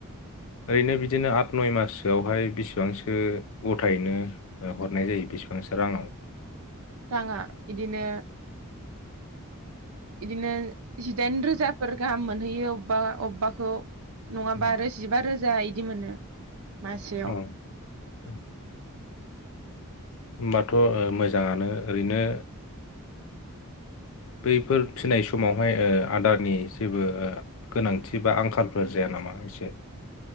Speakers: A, on the left; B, on the right.
A: ओरैनो बिदिनो आठ नय माससोआवहाय बेसेबांसो गथायैनो हरनाय जायो बेसेबांसो राङाव
B: राङा बिदिनो इदिनो जिदाइन रोजाफोर गाहाम मोनहैयो अबबा अबबाखौ नङाबा
A: उम,
B: आरो जिबा रो जा इदि मोनो मासेयाव
A: औ उ होमबाथ' ओ मोजाङानो ओरैनो बैफोर फिसिनाय समावहाय ओ आदारनि जेबो ओ गोनांथि बा आंखालफोर जाया नामा एसे